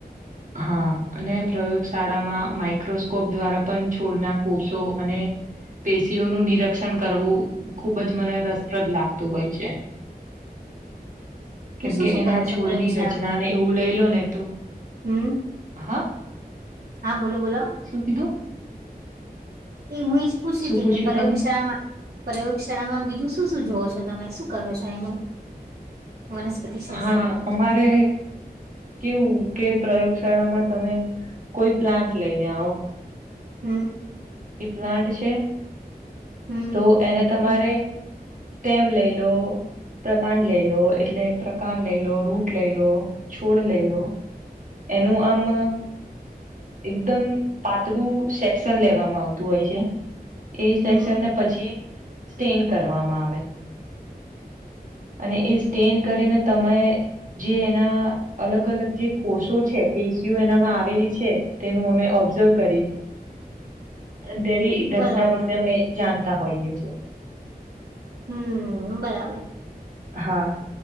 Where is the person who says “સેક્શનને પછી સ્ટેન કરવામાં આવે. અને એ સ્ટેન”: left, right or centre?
Right